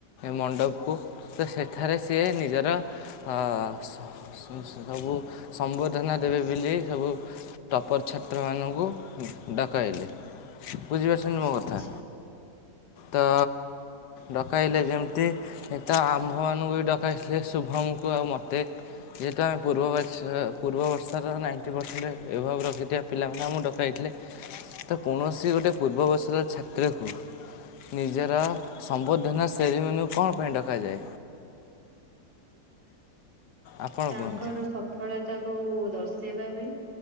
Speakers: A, on the left; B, on the right.
A: ମଣ୍ଡପକୁ ତ ସେଠାରେ ସିଏ ନିଜର ଅ ସବୁ ସମ୍ବର୍ଦ୍ଧନା ଦେବେ ବୋଲି ସବୁ ଟପ୍ପର ଛାତ୍ରମାନଙ୍କୁ ଡକାଇଲେ ବୁଝିପାରୁଛନ୍ତି
B: ଆଚ୍ଛା
A: ମୋ କଥା
B: ଆଚ୍ଛା।
A: ତ ଡକାଇଲେ ଯେମିତି ତ ଆମ୍ଭମାନଙ୍କୁ ବି ଡକାଇଥିଲେ ଶୁଭମ୍ ଙ୍କୁ ଆଉ ମୋତେ ଯେହେତୁ ଆମେ ପୂର୍ବବତ୍ସ ପୂର୍ବବର୍ଷର ନାଇଣ୍ଟି ପରସେଣ୍ଟ ଏଭବ ରଖିଥିବା ପିଲାମାନେ ଆମକୁ ଡକାଇଥିଲେ। ତ କୌଣସି ଗୋଟେ ପୂର୍ବବର୍ଷର ଛାତ୍ରକୁ ନିଜର ସମ୍ବର୍ଦ୍ଧନା ଶେରୀମନୀକୁ କଣ ପାଇଁ ଡକାଯାଏ? ଆପଣ
B: ତାଙ୍କର
A: କୁହନ୍ତୁ?
B: ସଫଳତାକୁୁ ଦର୍ଶେଇବା ବି